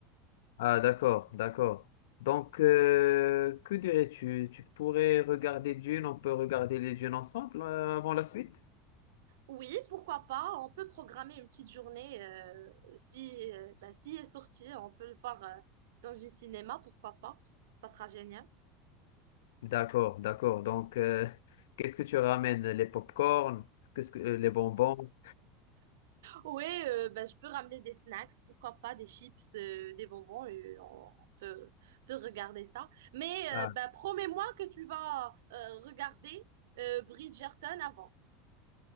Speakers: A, on the left; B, on the right.
A: ah, d'accord, d'accord. Donc, euh, que dirais-tu? Tu pourrais regarder Dune, on peut regarder les Dunes ensemble euh, avant la suite?
B: Oui, pourquoi pas? On peut programmer une petite journée. euh, si, euh, bah, si est sorti, on peut le voir euh, dans un cinéma, pourquoi pas? Ça sera génial.
A: D'accord, d'accord. Donc, euh, qu'est-ce que tu ramènes? Les pop corn Qu'est-ce que, euh, les bonbons?
B: Oui, euh, bah, je peux ramener des snacks, pourquoi pas, des chips, euh, des bonbons, et on peut, peut regarder ça. Mais euh,
A: Ah.
B: bah, promets-moi que tu vas euh, regarder euh, Bridgerton avant.